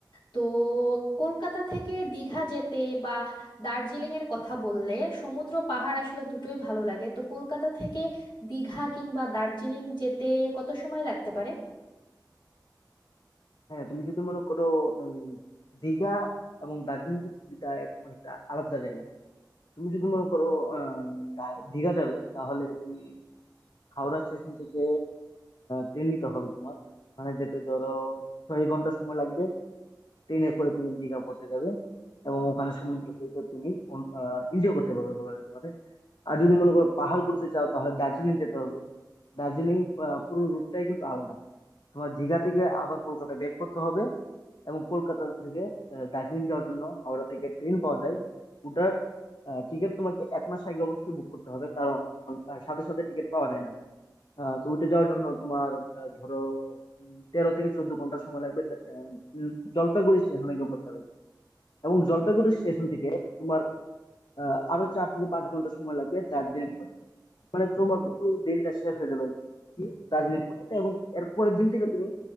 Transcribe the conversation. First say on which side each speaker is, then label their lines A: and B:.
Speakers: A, on the left; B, on the left.
A: তো কলকাতা থেকে দীঘা যেতে বা দার্জিলিং এর কথা বললে সমুদ্র পাহাড় আসলে দুটোই ভালো লাগে তো কলকাতা থেকে দীঘা কিংবা দার্জিলিং যেতে কত সময় লাগতে পারে
B: হ্যাঁ তুমি যদি মনে করো উম, দীঘা এবং দার্জিলিং কিন্তু দুইটা অনেকটা আলাদা জায়গা তুমি যদি মনে করো আহ, দা- দীঘা যাবে তাহলে তুমি হাওড়া স্টেশন থেকে ট্রেন নিতে হবে তোমার ওখানে যেতে ধরো ছয় ঘন্টা সময় লাগবে ট্রেনে করে তুমি দীঘা পৌঁছে যাবে এবং ওখানে সমুদ্র সৈকত তুমি এনজয় করতে পারবে বলা যেতে পারে আর যদি মনে করো পাহাড় ঘুরতে চাও তাহলে দার্জিলিং যেতে হবে দার্জিলিং আহ, পুরো রুটটাই কিন্তু আলাদা তোমার দীঘা থেকে আবার কলকাতা ব্যাক করতে হবে এবং কলকাতা থেকে আহ, দার্জিলিং যাওয়ার জন্য হাওড়া থেকে ট্রেন পাওয়া যায় ওটার টিকিট তোমাকে এক মাস আগে অবশ্যই বুক করতে হবে কারণ আহ, সাথে সাথে টিকিট পাওয়া যায় না আহ, তো ওইটা যাওয়ার জন্য তোমার আহ, ধরো উম, তেরো থেকে চোদ্দ ঘন্টা সময় লাগবে আহ, উম, জলপাইগুড়ি স্টেশনে গিয়ে পৌঁছাবে এবং জলপাইগুড়ি স্টেশন থেকে তোমার আহ, আরো চার থেকে পাঁচ ঘন্টা সময় লাগবে দার্জিলিং পৌঁছাতে মানে তোমার পুরো দিনটা শেষ হয়ে যাবে আর কি দার্জিলিং পৌঁছাতে এবং এরপরের দিন থেকে তুমি